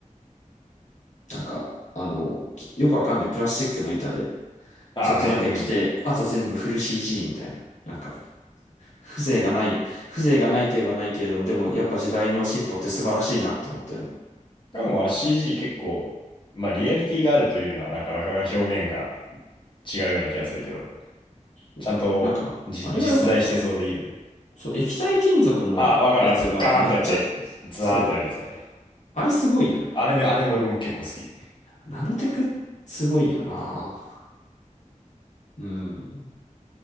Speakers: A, on the left (about 65°); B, on the left (about 40°).
A: なんか、あの、きよくわかんないプラスチックの板で、
B: ああね、
A: ちょっとだけ来て、
B: うん。
A: あと全部フル CG みたいな。なんか、風情がない、風情がないといえばないけれども、でもやっぱ時代の進歩って素晴らしいなと思ったよね。
B: あでもあの CG 結構、まあリアリティがあるというのはなかなか表現が違うような気がするけど、
A: うんなんか、
B: ちゃんとじ実在してそうでいいよね。
A: あれが良かった。そう、液体金属のやつがめっちゃ、
B: あ、わかる。あの、ガーンってやって、ザーってなるやつだよね。
A: そう、あれすごいよね。
B: あれめ、あれも俺も結構好き。
A: ナノテクすごいよな。うん。